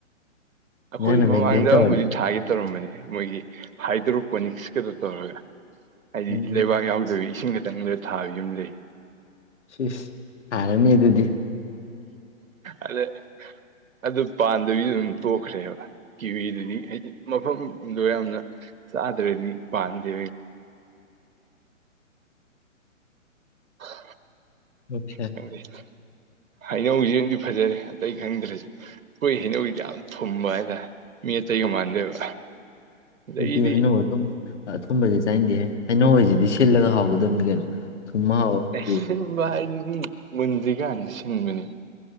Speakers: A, on the right (about 80°); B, on the left (about 60°).
A: ꯑꯩꯈꯣꯏ
B: ꯅꯪꯅ
A: ꯃꯃꯥꯡꯗ
B: ꯃꯦꯟꯇꯦꯟ ꯇꯧꯔꯗꯤ
A: ꯑꯃꯕꯨꯗꯤ ꯊꯥꯒꯦ ꯇꯧꯔꯝꯕꯅꯤ ꯃꯣꯏꯒꯤ ꯍꯥꯏꯗ꯭ꯔꯣꯄꯣꯅꯤꯛꯁꯀꯗꯣ ꯇꯧꯔꯒ ꯍꯥꯏꯗꯤ
B: ꯎꯝ
A: ꯂꯩꯕꯥꯛ ꯌꯥꯎꯗꯕꯤ ꯏꯁꯤꯡ ꯈꯛꯇꯪ ꯊꯥꯕ ꯌꯨꯝ ꯂꯩꯩ
B: ꯁꯤꯁ ꯐꯥꯔꯅꯤ ꯑꯗꯨꯗꯤ
A: ꯑꯗ ꯑꯗꯨ ꯄꯥꯟꯗꯕꯤ ꯑꯗꯨꯝ ꯇꯣꯛꯈ꯭ꯔꯦꯕ ꯀꯤꯋꯤꯗꯨꯗꯤ ꯍꯥꯏꯗꯤ ꯃꯐꯝꯗꯣ ꯌꯥꯝꯅ ꯆꯥꯗꯔꯥꯗꯤ ꯄꯥꯟꯗꯦ ꯍꯥ
B: ꯑꯣꯀꯦ
A: <inaudible> ꯈꯪꯗꯦ ꯍꯩꯅꯧ ꯁꯤꯝꯗꯤ ꯐꯖꯔꯦ ꯑꯇꯩ ꯈꯪꯗ꯭ꯔꯁꯨ ꯑꯩꯈꯣꯏ ꯍꯩꯅꯧꯗꯤ ꯌꯥꯝ ꯊꯨꯝꯕ ꯍꯥꯏꯇꯥꯔꯦ ꯃꯤ ꯑꯇꯩꯒ ꯃꯥꯟꯗꯦꯕ ꯑꯗꯒꯤꯗꯤ
B: ꯍꯥꯏꯗꯤ ꯍꯩꯅꯧ ꯑꯊꯕ ꯑꯊꯨꯝꯕꯕꯁꯤ ꯆꯥꯏꯅꯤꯡꯗꯦ ꯍꯩꯅꯧꯁꯤꯗꯤ ꯗꯤ ꯁꯤꯜꯂꯒ ꯍꯥꯎꯒꯗꯕꯅꯤ ꯀꯩꯅꯣ ꯊꯨꯝꯃ ꯍꯥꯎꯕꯗꯤ
A: ꯑꯁꯤꯟꯕ ꯍꯥꯏꯗꯤ <inaudible> ꯃꯨꯟꯗ꯭ꯔꯤꯀꯥꯟꯗ ꯁꯤꯟꯕꯅꯤ